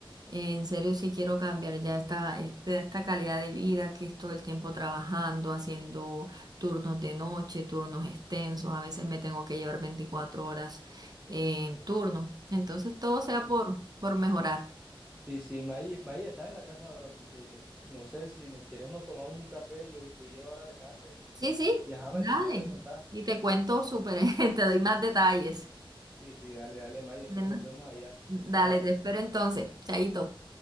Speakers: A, on the right (about 45°); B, in the centre.
A: eh, en serio sí quiero cambiar ya esta, este- esta calidad de vida que es todo el tiempo trabajando, haciendo turnos de noche, turnos extensos. A veces me tengo que llevar 24 horas en turno. Entonces, todo sea por, por mejorar.
B: Sí, sí, Maí, Maí, estás en la casa ahora porque no sé si no quieres nos tomamos un café, yo, yo llego ahora a la casa y,
A: Sí, sí,
B: y ajá,
A: dale.
B: me terminas de contar.
A: Y te cuento súper, <laughs> te doy más detalles.
B: Sí, sí, dale, dale, Maí, entonces
A: Bueno.
B: nos vemos allá.
A: Dale,
B: Chao.
A: te espero entonces. Chaito.